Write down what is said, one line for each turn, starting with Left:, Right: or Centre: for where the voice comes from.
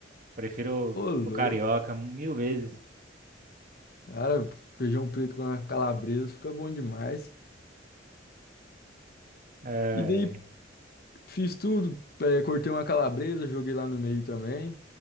Right: Prefiro
Left: Ô, louco.
Right: o carioca mil vezes.
Left: Cara, feijão preto com a calabresa fica bom demais.
Right: É,
Left: E daí fiz tudo. eh, cortei uma calabresa, joguei lá no meio também.